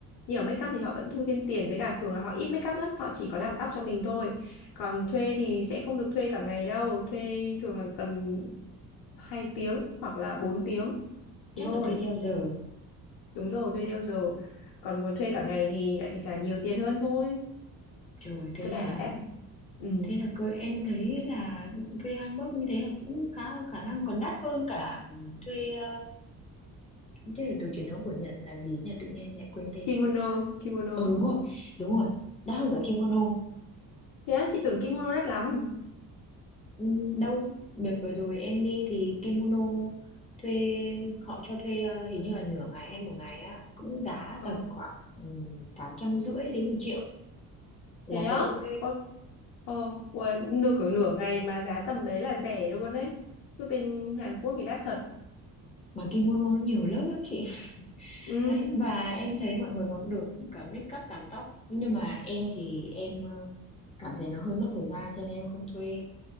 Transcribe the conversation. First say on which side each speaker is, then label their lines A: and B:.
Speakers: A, on the left; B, on the left.
A: nhưng ở make up thì họ vẫn thu thêm tiền với cả thường là họ ít make up lắm họ chỉ có làm tóc cho mình thôi còn thuê thì sẽ không được thuê cả ngày đâu thuê thường là tầm 2 tiếng hoặc là 4 tiếng thế
B: chắc
A: thôi
B: là thuê theo giờ
A: Đúng rồi, thuê theo giờ. Còn muốn thuê cả ngày thì lại phải trả nhiều tiền hơn thôi.
B: trời thế
A: Cơ
B: là
A: bản là đắt. Ừ.
B: thế là cơ em thấy là thuê hanbok như thế là cũng khá khả năng còn đắt hơn cả thuê ờ, thế là đồ truyền thống của Nhật là gì nhỉ tự nhiên em lại quên tên
A: Kimono, kimono.
B: ờ đúng rồi đúng rồi đắt hơn cả kimono
A: Thế á, chị tưởng kimono đắt lắm.
B: Ừ, đâu đợt vừa rồi em đi thì kimono thuê họ cho thuê ờ, hình như là nửa ngày hay một ngày á cũng giá
A: Ờ,
B: tầm khoảng ừ, tám trăm rưỡi đến một triệu là
A: thế á?
B: thấy ok
A: Có, ờ, uầy, nửa cửa nửa ngày mà giá tầm đấy là rẻ luôn đấy. Chứ bên Hàn Quốc thì đắt thật.
B: mà kimono nó nhiều lớp lắm chị
A: Ừ,
B: Đấy, và em thấy mọi người còn được cả make up làm tóc nhưng mà em thì em ờ, cảm thấy nó hơi mất thời gian cho nên em không thuê